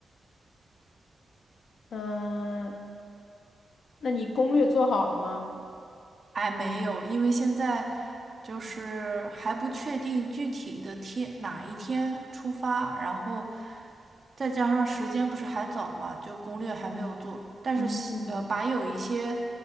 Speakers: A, on the left (about 80°); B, on the right (about 40°).
A: 嗯，那你攻略做好了吗？
B: 还没有，因为现在就是还不确定具体的天哪一天出发，然后再加上时间不是还早嘛，就攻略还没有做。但是西呃，
A: 嗯，
B: 把有一些